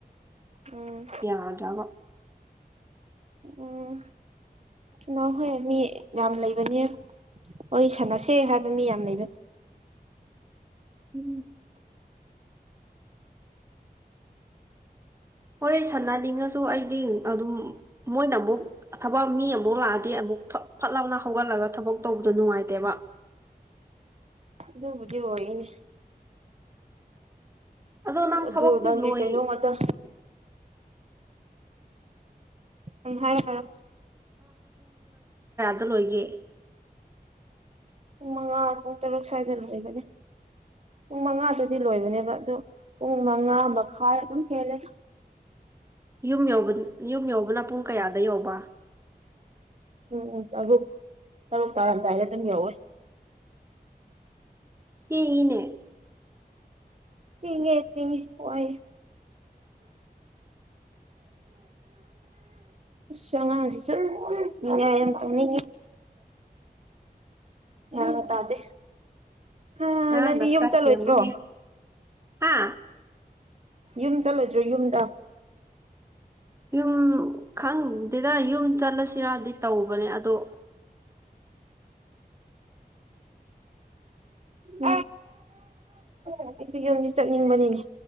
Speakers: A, on the right; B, on the right.
A: ꯎꯝ
B: ꯌꯥꯗ꯭ꯔꯕꯣ
A: ꯎꯝ ꯅꯅꯥꯍꯎ ꯍꯣꯏ ꯃꯤ ꯌꯥꯝ ꯂꯩꯕꯅꯦ ꯍ ꯁꯥꯟꯅꯁꯦ ꯍꯥꯏꯕ ꯃꯤ ꯌꯥꯝ ꯂꯩꯕ
B: ꯎꯝ ꯍꯣꯔꯦ ꯁꯥꯟꯅꯅꯤꯡꯉꯁꯨ ꯑꯩꯗꯤ ꯑꯗꯨꯝ ꯃꯣꯏꯅ ꯑꯃꯨꯛ ꯊꯕꯛ ꯃꯤ ꯑꯃꯨꯛ ꯂꯥꯛꯑꯗꯤ ꯑꯃꯨꯛ ꯐ ꯐꯠ ꯂꯥꯎꯅ ꯍꯧꯒꯠꯂꯒ ꯊꯕꯛ ꯇꯧꯕꯗꯣ ꯅꯨꯡꯉꯥꯏꯇꯦꯕ
A: ꯑꯗꯨꯕꯨꯗꯤ ꯑꯣꯏꯅꯦ
B: ꯑꯗꯣ ꯅꯪ
A: ꯑꯗꯨ
B: ꯊꯕꯛꯇꯤ
A: ꯅꯪꯗꯤ
B: ꯂꯣꯏ
A: ꯀꯩꯅꯣꯝꯃꯇ ꯎ ꯍꯔꯣ ꯍꯔꯣ
B: ꯇ ꯂꯣꯏꯒꯦ
A: ꯄꯨꯡ ꯃꯉꯥ ꯄꯨꯡ ꯇꯔꯨꯛ ꯁ꯭ꯋꯥꯏꯗ ꯂꯩꯕꯅꯤ ꯄꯨꯡ ꯃꯉꯥꯗꯨꯗꯤ ꯂꯣꯏꯕꯅꯦꯕ ꯑꯣ ꯄꯨꯡ ꯃꯉꯥ ꯃꯈꯥꯏ ꯑꯗꯨꯝ ꯍꯦꯜꯂꯦ
B: ꯌꯨꯝ ꯌ ꯌꯨꯝ ꯌꯧꯕꯅ ꯄꯨꯡ ꯀꯌꯥꯗ ꯌꯧꯕ
A: ꯎꯝ ꯎ ꯇꯔꯨꯛ ꯇꯔꯨꯛ ꯇꯥꯔꯝꯗꯥꯏꯗ ꯑꯗꯨꯝ ꯌꯧꯔ
B: ꯊꯦꯡꯉꯅꯦ
A: ꯊꯉꯦ ꯊꯤꯉꯦꯦ ꯆꯉꯁꯤ ꯆ ꯅ ꯑꯃꯇꯅꯤ ꯂ ꯇꯥꯗꯦ ꯍꯥ
B: ꯑ
A: ꯅꯪꯗꯤ
B: ꯗꯀ꯭ꯔꯥ
A: ꯌꯨꯝ ꯆꯠꯂꯣꯏꯗ꯭ꯔꯣ
B: ꯊꯒꯦ ꯍꯥ
A: ꯌꯨꯝ ꯆꯠꯂꯣꯏꯗ꯭ꯔꯣ ꯌꯨꯝꯗ
B: ꯌꯨꯝ ꯈꯪꯗꯦꯗ ꯌꯨꯝ ꯆꯠꯂꯁꯤꯔꯗꯤ ꯇꯧꯕꯅꯦ ꯑꯗꯣ
A: ꯎ ꯑꯩꯁꯨ ꯌꯨꯝꯁꯤ ꯆꯠꯅꯤꯡꯕꯅꯤꯅꯦ